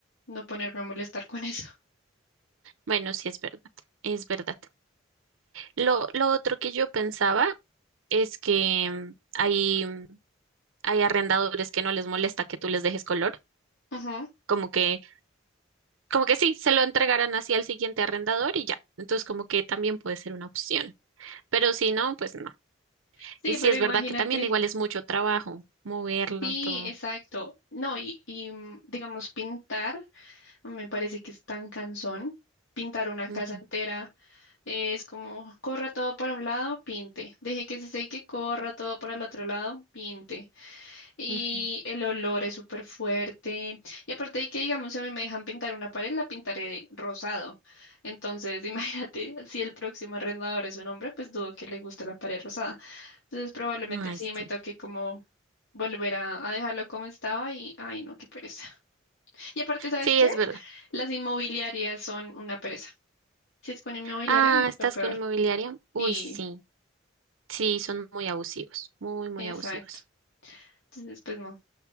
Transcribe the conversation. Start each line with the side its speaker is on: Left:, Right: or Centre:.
Left: no ponerme a molestar con eso.
Right: Bueno, sí, es verdad. Es verdad. Lo, lo otro que yo pensaba es que mm, hay, mm, hay arrendadores que no les molesta que tú les dejes color.
Left: Ujú.
Right: Como que, como que sí, se lo entregarán así al siguiente arrendador y ya. Entonces, como que también puede ser una opción. Pero si no, pues no.
Left: Sí,
Right: Y sí,
Left: pero
Right: es
Left: imagínate.
Right: verdad que también igual es mucho trabajo moverlo
Left: Sí,
Right: todo.
Left: exacto. No, y, y, mm, digamos, pintar, me parece que es tan cansón. Pintar una casa
Right: Ujú,
Left: entera eh, es como, corra todo para un lado, pinte. Deje que se seque, corra todo para el otro lado, pinte. Y
Right: ujú.
Left: el olor es súper fuerte. Y aparte de que, digamos, si a mí me dejan pintar una pared, la pintaré rosado. Entonces, <laughs> imagínate, si el próximo arrendador es un hombre, pues dudo que le guste la pared rosada. Entonces, probablemente
Right: Ay,
Left: sí
Right: sí.
Left: me toque como volver a, a dejarlo como estaba y, ay, no, qué pereza. <laughs> Y aparte, ¿sabes
Right: Sí,
Left: qué?
Right: es verdad.
Left: Las inmobiliarias son una pereza. Si es con inmobiliaria,
Right: Ah,
Left: mucho
Right: ¿estás
Left: peor.
Right: con inmobiliaria? Uy,
Left: Y,
Right: sí, sí, son muy abusivos, muy, muy
Left: exacto.
Right: abusivos.
Left: Entonces, pues no,